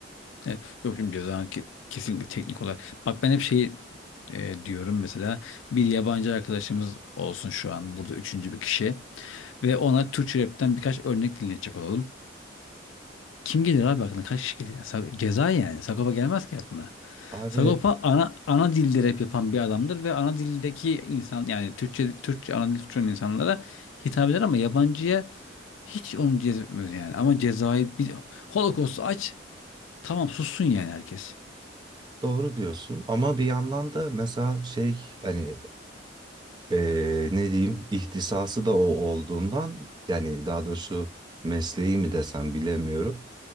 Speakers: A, on the left; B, on the right.
A: Evet. Yok şimdi cezanın ke- kesinlikle teknik olarak. Bak ben hep şey e, diyorum mesela bir yabancı arkadaşımız olsun şu an burada üçüncü bir kişi ve ona Türkçe rapten birkaç örnek dinletecek olalım. Kim gelir abi aklına? Kaç kişi gelir? ya? Sa- ceza yani. Sagopa gelmez ki aklına.
B: Abi
A: Sagopa ana ana dilde rap yapan bir adamdır ve ana dildeki insan yani Türkçe Türkçe ana dil Türkçe olan insanlara hitap eder ama yabancıya hiç onu cezbetmez yani. Ama cezayı bir Holocaust'u aç. Tamam sussun yani herkes.
B: doğru diyorsun ama bir yandan da mesela şey hani eee, ne diyeyim ihtisası da o olduğundan yani daha doğrusu mesleği mi desem bilemiyorum.